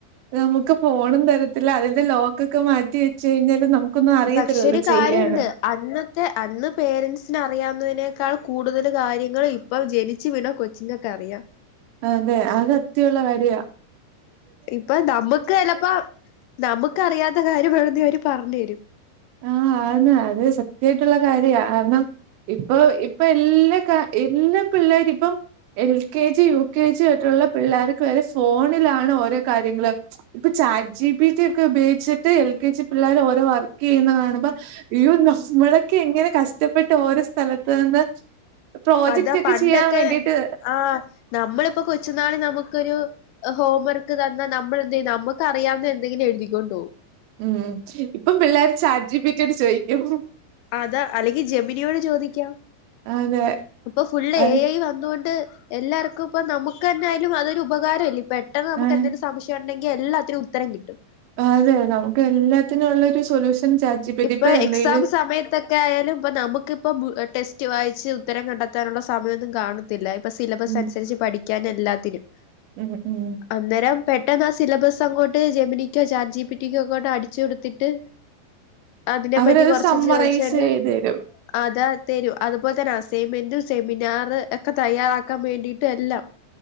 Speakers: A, on the right; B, on the left.
A: നമുക്ക് ഫോണും തെരത്തില്ല അതിന്റെ ലോക്കൊക്കെ മാറ്റി വെച്ച് കഴിഞ്ഞാല് നമുക്കൊന്നും അറിയത്തില്ലല്ലോ
B: പക്ഷെ ഒരു കാര്യണ്ട്
A: ചെയ്യാന്
B: അന്നത്തെ അന്ന് പേരൻസിന് അറിയാവുന്നതിനേക്കാൾ കൂടുതല് കാര്യങ്ങള് ഇപ്പം ജനിച്ച് വീണ കൊച്ചിങ്ങക്കറിയാം
A: അതെ അത് അത്യയോള്ള കാര്യാ
B: ഇപ്പൊ നമ്മുക്ക് ചെലപ്പ നമുക്കറിയാത്ത കാര്യം വേണൊങ്കി അവര് പറഞ്ഞു തെരും
A: ആഹ് ആന്ന് അത് സത്യായിട്ടുള്ള കാര്യാ കാർണം ഇപ്പൊ ഇപ്പ എല്ലാ കാ എല്ലാ പിള്ളേരിപ്പം L K G U K G തൊട്ടുള്ള പിള്ളാര്ക്ക് വരെ ഫോണിലാണ് ഓരോ കാര്യങ്ങള് ഇപ്പൊ ചാറ്റ് ജി പി റ്റി ഒക്കെ ഉപയോഗിച്ചിട്ട് എൽ കെ ജി പിള്ളാര് ഓരോ വർ ക്കെയ്യുന്നത് കാണുമ്പ നമ്മളൊക്കെ എങ്ങനെ കഷ്ടപ്പെട്ട് ഓരോ സ്ഥലത്തു നിന്ന് പ്രോജക്റ്റ്
B: അതാ
A: ഒക്കെ
B: പണ്ടൊക്കെ
A: ചെയ്യാൻ വേണ്ടിട്ട്
B: ആഹ് നമ്മളിപ്പോ കൊച്ചുനാളി നമുക്കൊരു ഹോം വർക്ക് തന്നാ നമ്മൾ എന്തെയും നമുക്ക് അറിയാവുന്ന എന്തെങ്കിലും എഴുതിക്കൊണ്ടു പോം
A: ഉം ഇപ്പം പിള്ളാര് ചാറ്റ് ജീ പി റ്റി യോട് ചോദിക്കും
B: അതാ അല്ലെങ്കി ജെമിനിയോട് ചോദിക്കാം
A: അതെ
B: ഇപ്പൊ ഫുള്ള്
A: അത്
B: എ ഐ വന്നോണ്ട് എല്ലാർക്കും ഇപ്പ നമുക്ക് തന്നെ ആയാലും അതൊരു ഉപകാരല്ലേ പെട്ടെന്ന് നമുക്കെന്തെങ്കിലും
A: ആഹ്
B: സംശയം ഒണ്ടെങ്കി എല്ലാത്തിനും ഉത്തരം കിട്ടും
A: അതെ നമുക്ക് എല്ലാത്തിനും ഒള്ളൊരു solution chat G P
B: ഇപ്പം
A: T ഇപ്പൊ എന്തെലും
B: എക്സാം സമയത്തെ ക്കെ ആയാലും ഇപ്പം നമുക്കിപ്പം ടെസ്റ്റ് വായിച്ച് ഉത്തരം കണ്ടെത്താനുള്ള സമയൊന്നും കാണ ഇതിലാ ഇപ്പ സിലബസ്
A: ഉം
B: അനുസരിച്ച് പഠിക്കാനും എല്ലാത്തിനും
A: ഉം ഉം
B: അന്നേരം പെട്ടെന്ന് ആ സിലബസ് അങ്ങോട്ട് ജെമിനിക്കോ ചാറ്റ് ജീ പി റ്റി ക്കോ അങ്ങോട്ട് അടിച്ചു കൊടുത്തിട്ട് അതിനെപ്പറ്റി
A: അവരത്
B: കുറച്ച്
A: സമ്മറൈസ്
B: ചോദിച്ചന്നെ
A: ചെയ്ത് തെരും
B: അതാ തെരും അതുപോലെ തന്നെ അസൈയ്മെന്റും സെമിനാറ് ഒക്കെ തയ്യാറാക്കാൻ വേണ്ടിയിട്ട് എല്ലാം